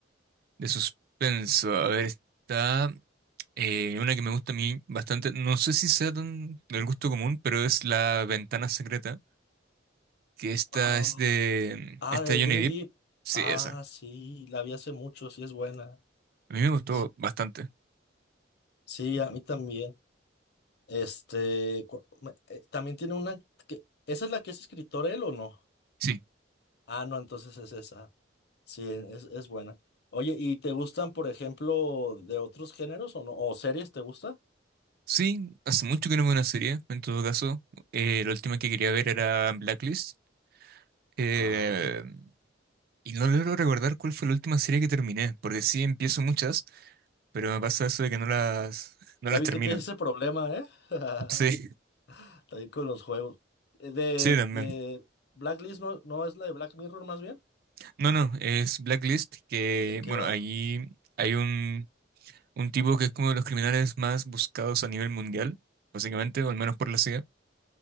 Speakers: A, on the right (about 50°); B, on the left (about 55°).
A: de suspenso, a ver, está eh, una que me gusta a mí bastante. No sé si sea tan del gusto común, pero es La Ventana Secreta, que esta
B: Oh,
A: es de,
B: ah,
A: esta
B: de
A: de Johnny
B: Johnny
A: Depp.
B: Depp.
A: Sí,
B: Ah,
A: esa.
B: sí, la vi hace mucho, sí es buena.
A: A mí me gustó
B: Sí,
A: bastante.
B: sí, a mí también. Este, cu- me- eh, también tiene una que, ¿esa es la que es escritor él o no?
A: Sí.
B: Ah, no, entonces es esa. Sí, es, es buena. Oye, ¿y te gustan, por ejemplo, de otros géneros o no? ¿O series te gusta?
A: Sí, hace mucho que no veo una serie, en todo caso. Eh, la última que quería ver era Blacklist. eh,
B: Ah,
A: y no logro recordar cuál fue la última serie que terminé, porque sí empiezo muchas, pero me pasa eso de que no las, <laughs> no
B: ya
A: las
B: vi
A: termino.
B: que tienes ese problema, ¿eh? <laughs>
A: Sí,
B: También con los juegos. Eh, De,
A: sí, también.
B: de Blacklist no, no es la de Black Mirror más bien.
A: No, no, es Blacklist, que,
B: ¿De qué
A: bueno,
B: va?
A: ahí hay un, un tipo que es como de los criminales más buscados a nivel mundial, básicamente, o al menos por la CIA.